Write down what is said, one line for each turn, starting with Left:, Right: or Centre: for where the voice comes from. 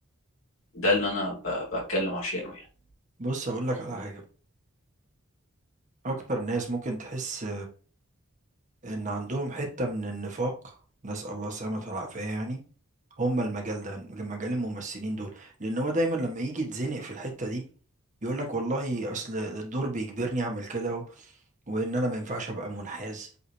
Left: ده اللي انا ب... بتكلم عشانه يعني
Right: بص هقول لك على حاجة اكتر ناس ممكن تحس ان عندهم حتة من النفاق نسأل الله السلامة والعافية يعني هم المجال ده مجال الممثلين دول لان هو دايما لما يجي يتزنق في الحتة دي يقول لك والله اصل الدور بيجبرني اعمل كده و- وان انا ما ينفعش ابقى منحاز